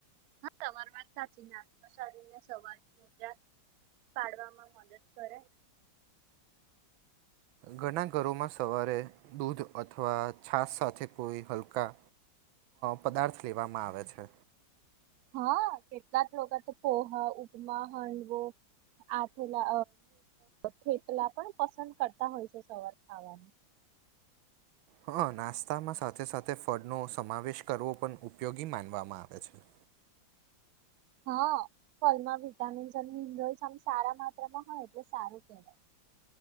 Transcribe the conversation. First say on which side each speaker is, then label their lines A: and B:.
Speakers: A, on the right; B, on the right.
A: હા સવાર વાત સાચી નાસ્તા શદીને સવાર મોજા પાડવામાં મદદ કરે
B: ઘણા ઘરોમાં સવારે દૂધ અથવા છાસ સાથે કોઈ હલકા પદાર્થ લેવામાં આવે છે
A: હા કેટલાક લોકો તો પોહા ઉપમા હાંડવો આથેલા થેપલા પણ પસંદ કરતા હોય છે સવાર ખાવાનું
B: હા નાસ્તામાં સાથે સાથે ફળનોો સમાવેશ કરવો પણ ઉપયોગી માનવામાં આવે છે
A: હા ફલમાં વિટામીન્સ અને મિનરલ્સ આ સારા માત્રામાં હોય એટલે સારું કહેવાય